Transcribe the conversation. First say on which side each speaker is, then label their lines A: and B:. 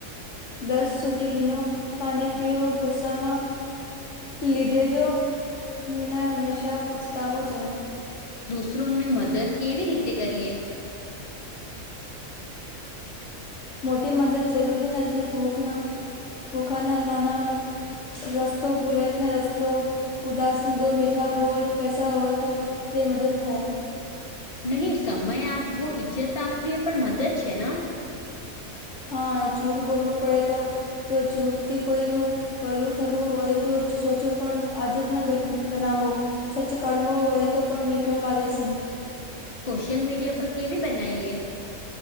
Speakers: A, on the left; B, on the left.
A: દસ સુધી ગીનો પાણી પીયો ગુસ્સામાં લીધે જો નિર્ણય હંમેશા પચતાવો જાય.
B: દૂસરો ની મદદ કેવી રીતે કરીએ.
A: મોટી મદદ જરૂરી નથી ભૂખના ભૂખાના ખાના રસ્તો ભુલે ને રસ્તો. ઉદાસ દો મીઠા બોલ પૈસા હોય તો જે મદદ થાય.
B: નહી સમય આપવો ઈજ્જત આપવી એ પણ મદદ છે ન.
A: હા જૂટ બોલવું પડે તો જો જૂટ થી કોઈનું પલું થતું હોય તો સોચો પણ આદત ના બનાવો. સચ કડવો હોય તો પણ મીઠો લાગે છે.
B: સોશિયલ મીડિયા પર કેવી બનાઈએ.